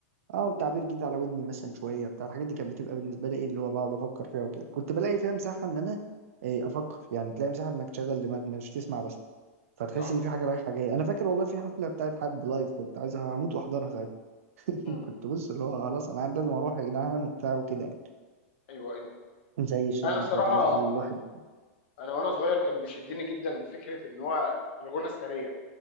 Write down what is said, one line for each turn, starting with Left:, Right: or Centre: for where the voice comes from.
Right: اه وتعبير جديد على ودني مثلا شويه بتاع الحاجات دي كانت بتبقى بالنسبه لي ايه اللي هو بقعد افكر فيها وكده كنت بلاقي فيها مساحه ان انا إيه افكر يعني تلاقي مساحه انك تشغل دماغك مش تسمع بس فتحس
Left: صح
Right: ان في حاجه رايحه جايه انا فاكر والله في حفله بتاعت حد لايف كنت عايز هموت واحضرها ساعتها
Left: م.
Right: <laughs> كنت بص اللي هو خلاص انا لازم اروح يا جدعان وبتاع وكده يعني
Left: ايوه ايوه
Right: زي الشباب
Left: انا بصراحه
Right: بتاع دلوقتي اللي الواحد
Left: انا وانا صغير كان بيشدني جدا فكره ان هو الغنى السريع